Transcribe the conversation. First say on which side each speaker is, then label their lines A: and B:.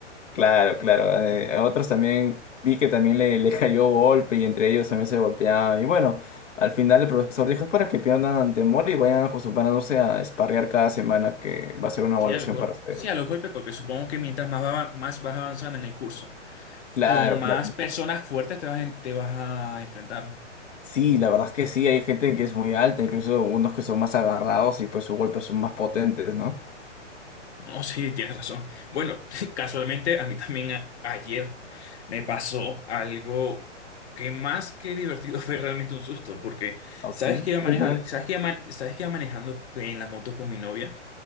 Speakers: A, on the left; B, on the left.
A: Claro, claro, eh,
B: Este,
A: a otros también vi que también le, le cayó golpe y entre ellos también se golpeaban y bueno, al final el profesor dijo es para que pierdan temor y vayan acostumbrándose a sparrear cada semana que va a ser una evaluación
B: Sí, a los golpes.
A: para ustedes.
B: Sí, a los golpes, porque supongo que mientras más, va- más vas avanzando en el curso,
A: Claro,
B: con más
A: claro.
B: personas fuertes te vas, en- te vas a enfrentar.
A: Sí, la verdad es que sí, hay gente que es muy alta, incluso unos que son más agarrados y pues sus golpes son más potentes, ¿no?
B: No, sí, tienes razón. Bueno, <laughs> casualmente a mí también a- ayer me pasó algo que más que divertido <laughs> fue realmente un susto, porque
A: ¿Así?
B: sabes que iba
A: Cuéntame.
B: manejando, sabes que iba, man- sabes que iba manejando en la moto con mi novia